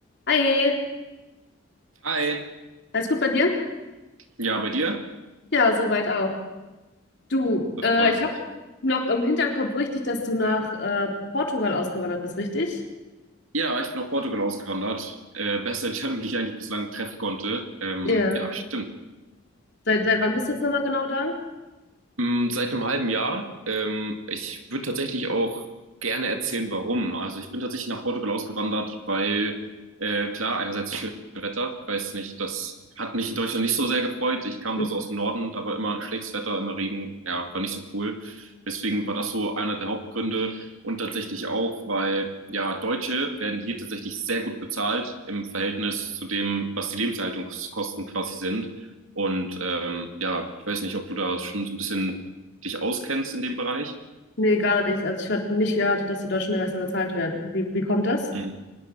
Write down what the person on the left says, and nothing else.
Hi,
alles gut bei dir?
Ja, soweit auch. Du,
äh,
ich
habe noch im Hinterkopf richtig, dass du nach äh, Portugal ausgewandert bist, richtig?
Ja.
Seit, seit wann bist du jetzt nochmal genau da?
Hm,
Nee, gar nicht. Also ich hatte nicht erwartet, dass die Deutschen da besser bezahlt werden. Wie, wie kommt das?